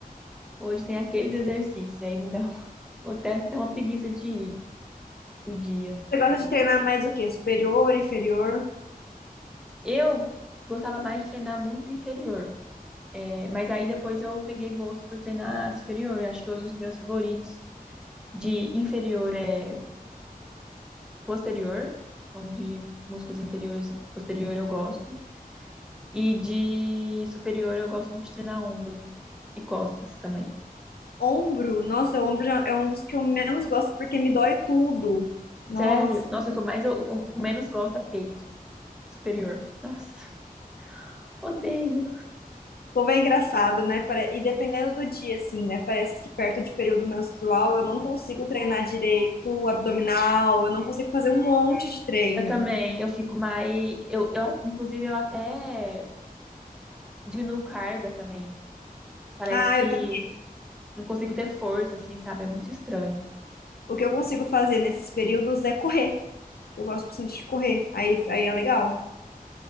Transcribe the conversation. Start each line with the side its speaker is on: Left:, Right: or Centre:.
Centre: hoje tem aqueles exercícios, aí me dá um- <laughs> até, até uma preguiça de ir no dia.
Left: Você gosta de treinar mais o quê? Superior, inferior?
Centre: Eu gostava mais de treinar muito inferior. É, Mas aí depois eu peguei gosto por treinar superior. Acho que hoje os meus favoritos de inferior é posterior. Então, de músculos inferiores e posterior eu gosto. E de superior eu gosto muito de treinar ombro e costas também.
Left: Ombro? Nossa, o ombro já é um dos que eu menos gosto porque me dói tudo. Nossa,
Centre: Sério? Nossa, o que eu mais eu, o que eu menos gosto é peito superior. Nossa, odeio.
Left: como é engraçado, né? Pare- E dependendo do dia, assim, né? Parece que perto de período menstrual eu não consigo treinar direito abdominal, eu não consigo fazer um monte de treino.
Centre: Eu também, eu fico mais. Eu, eu, inclusive, eu até diminuo carga também. Parece
Left: Ah,
Centre: que
Left: eu tam-
Centre: não consigo ter força, assim, sabe? É muito estranho.
Left: o que eu consigo fazer nesses períodos é correr. Eu gosto bastante de correr. Aí, aí é legal.